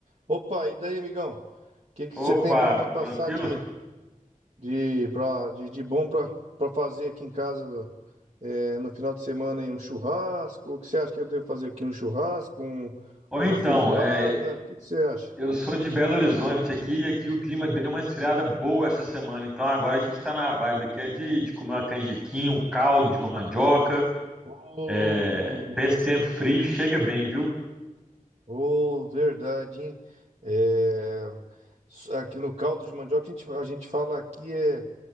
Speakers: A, on the right (about 50°); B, in the centre.
A: Opa, e daí, amigão? O que que
B: Opa,
A: você tem pra me passar
B: tranquilo?
A: de de, pra, de, de bom pra para fazer aqui em casa do- é, no final de semana aí, um churrasco? O que você acha que eu devo fazer aqui? Um churrasco, um-
B: Ou
A: uma
B: então,
A: feijoada?
B: é,
A: O que que você acha?
B: eu sou de Belo Horizonte aqui e aqui o clima deu uma esfriada boa essa semana. Então agora a gente tá na vibe aqui é de, de comer uma canjiquinha, um caldo de mandioca.
A: Oh,
B: É, pra esse tempo frio chega bem, viu?
A: Ô, verdade, hein? É, s- aqui no caldo de mandioca a gente, a gente fala aqui é,